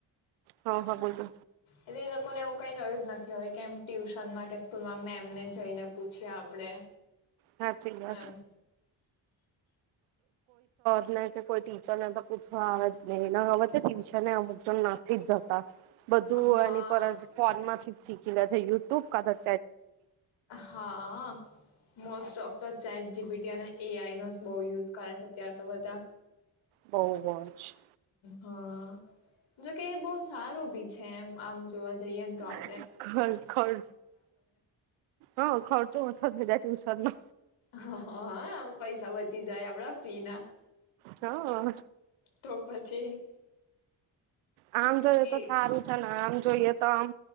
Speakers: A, on the right; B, on the left.
A: હા હા બોલો
B: એટલે એ લોકોને એવું કઈ રહ્યું જ નથી હવે કેમ ટ્યુશનમાં કે સ્કૂલમાં મેમને જઈને પૂછીએ આપડે.
A: હાચી વાત.
B: એમ
A: નઈ તો કોઈ ટીચરને તો પૂછવા આવત <unintelligible> હવત ટ્યુશને અમુક જનના <unintelligible> જતા બધું
B: હા
A: એની પર જ ફોન માંથી જ શી કીલા છે યુટ્યુબ કાદર
B: હાં. Most of the chat G P T અને એ આઈ નો જ બો યુઝ કરે છે, અત્યાર તો બધા
A: બઉ વજ
B: હાં, જોકે એ બઉ સારું ભી છે એમ આમ જોવા જઈએ ને તો આપ
A: ખર હ ખર હં ખરતો <unintelligible> <unintelligible>
B: હ અ હા. પૈસા બચી જાય આપડા ફીના.
A: હાં.
B: તો પછી
A: આમ જોઈએ
B: બી
A: તો સારું છે ને આમ જોઈએ તો આમ